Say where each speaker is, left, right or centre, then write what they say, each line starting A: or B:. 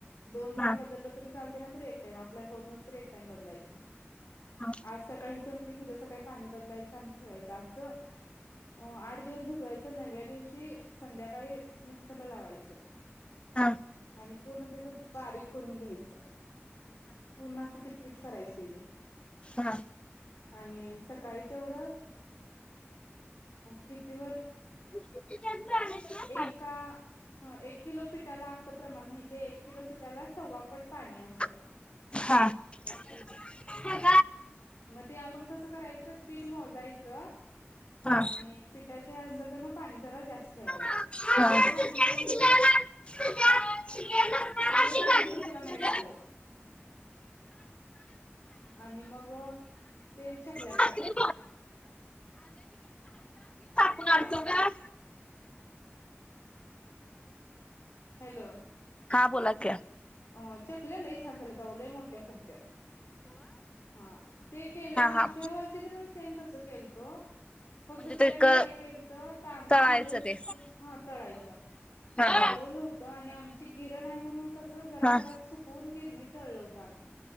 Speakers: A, on the left; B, on the left.
A: दोन टाइम
B: हा
A: बदल तरी चालते ना एकम आपल्याला होत नसत एक टाइम बदलायच
B: हा
A: आज सकाळी घटली की उद्या सकाळी पाणी बदलायचं आणि ठेवायच असं आठ दिवस भसवायच नव्या दिवशी संध्याकाळी मिक्सरला लावायचं
B: हा
A: आणि पूर्ण त्याच बारीक करून घ्यायचं पूर्ण अस तेच करायच तेजे
B: हा
A: आणि सकाळी तेवढ किती
B: <unintelligible>
A: ए ह एक किलो पिठा असण माहि ते एक किलोपिठाला सवा पड पाणी असं
B: हा
A: हम्म मग ते आपण कसं करायचं पीठ मोजायचं
B: हा
A: आणि पिठाच्या अ जरा जास्त ठेवायचं
B: हो
A: लय पाणी पण अ लय पाणी पण त्याला नाही चालत आणि मग ते छपल्या
B: आ साडी कोण अडचव का
A: हॅलो
B: हां बोला क्या
A: अ चकल्या लई छान झाले तरव लई मोठ्या फुगत्यात हा ते केलंय मागच्या
B: हा
A: वर्षी तर पण सेम तस केलं तो
B: म्हणजे
A: फक्त त्यावेळी
B: ते क
A: काय केल तर तांदूळ
B: तळायचं
A: भिजवलं
B: ते
A: हा तळायचं वाळवलं
B: हा
A: होतं आणि आमची गिरण नाही म्हणून कस जरा
B: हा
A: घरात सुकवून गिरणी तळलं होतं आम्ही